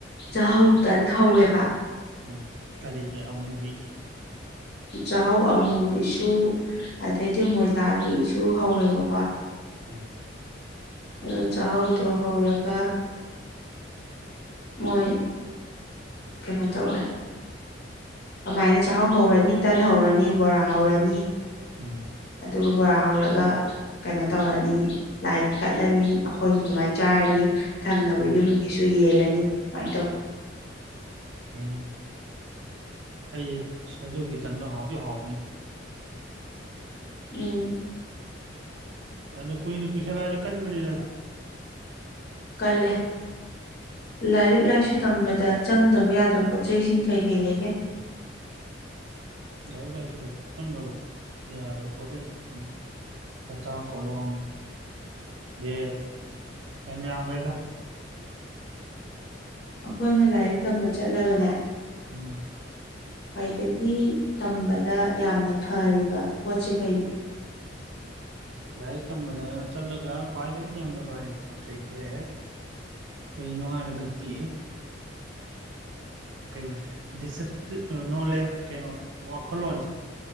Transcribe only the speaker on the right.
ꯎꯝ ꯀꯔꯤꯒꯤ ꯑ ꯃꯨꯚꯒꯤ
ꯑ
ꯎꯝ
ꯎꯝ
ꯑꯩꯅ ꯑꯩꯁꯦ ꯑꯗꯨꯒꯤ ꯇꯟꯗ ꯍꯥꯎꯗꯤ ꯍꯥꯎꯕꯅꯤ
ꯑꯗꯨꯣ ꯀꯨꯏꯅ ꯀꯨꯏꯁꯜꯂꯛꯑꯗꯤ ꯀꯟꯕꯅꯤꯅꯅ
ꯂꯥꯏꯔꯤꯛ ꯂꯥꯏꯁꯨꯗ ꯆꯪꯗꯕ ꯌꯥꯗꯕ ꯄꯣꯠꯩꯁꯤꯡꯁꯤꯒꯤ ꯀꯊ ꯀꯣꯂꯣꯝ ꯒ ꯑ ꯌꯥ ꯑꯒꯦꯗ
ꯎꯝ
ꯂꯥꯏꯔꯤꯛ ꯇꯝꯕꯗ ꯆꯠꯂꯒ ꯈ꯭ꯋꯥꯏꯗꯒꯤ ꯌꯥꯝꯅ ꯐꯔꯤꯕ ꯄꯣꯠ ꯆꯩꯁꯦ ꯀꯩꯅꯣ ꯍꯥꯏꯔꯒꯗꯤ ꯎ ꯀꯩꯅꯣꯁꯦꯣ ꯀꯩꯅꯣ ꯋꯥꯈꯜꯂꯣꯟꯁꯦ